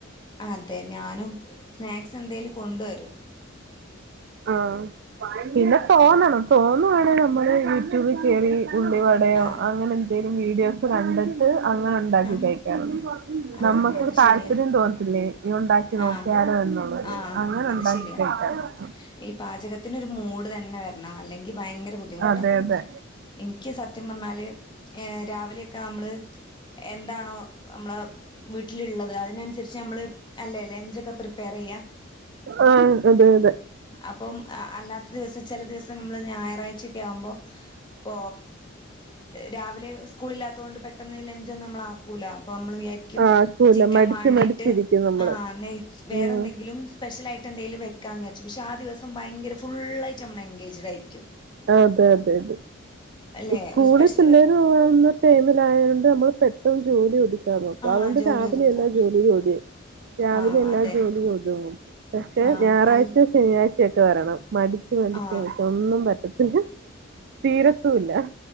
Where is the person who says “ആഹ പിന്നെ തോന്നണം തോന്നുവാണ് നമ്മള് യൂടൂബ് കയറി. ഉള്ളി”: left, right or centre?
Right